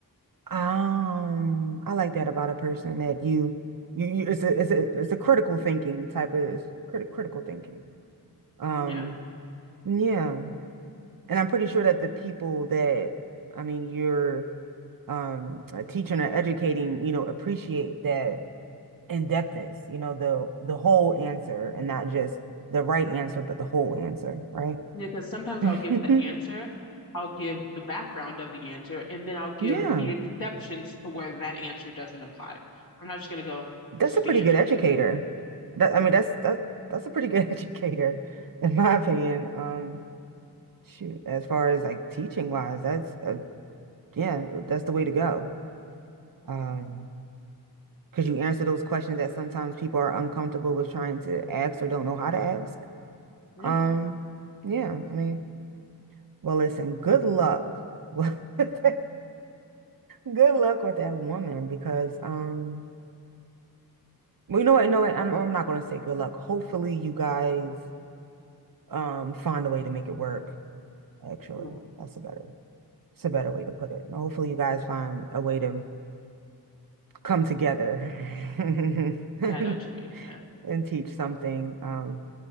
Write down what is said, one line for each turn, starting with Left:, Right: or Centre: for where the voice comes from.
Right: Um, I like that about a person that you, you, you it's a, it's a, it's a critical thinking type of crit critical thinking. Um,
Left: Yeah,
Right: yeah, and I'm pretty sure that the people that, I mean, you're um uh, teaching or educating, you know, appreciate that in-depthness, you know, the the whole answer and not just the right answer, but the whole answer, right?
Left: Yeah, because sometimes
Right: <laughs>
Left: I'll give the answer, I'll give the background of the answer, and then I'll give
Right: Yeah.
Left: the exceptions to where that answer doesn't apply. I'm not just gonna go,
Right: That's
Left: this is
Right: a pretty
Left: the answer.
Right: good educator. That I mean, that's that's that's a pretty good <laughs> educator, in my opinion. Um, shoot, as far as like teaching wise, that's uh yeah, that's the way to go. Um, because you answer those questions that sometimes people are uncomfortable with trying to ask or don't know how to ask.
Left: Yeah,
Right: Um, yeah, I mean, well, listen, good luck. <laughs> with that- Good luck with that woman because um, well, you know what? You know what? I'm I'm not gonna say good luck. Hopefully, you guys. um find a way to make it work actually
Left: yeah,
Right: that's a better it's a better way to put it And hopefully you guys find a way to come together <laughs> and
Left: yeah. I know what you mean. Yeah,
Right: teach something um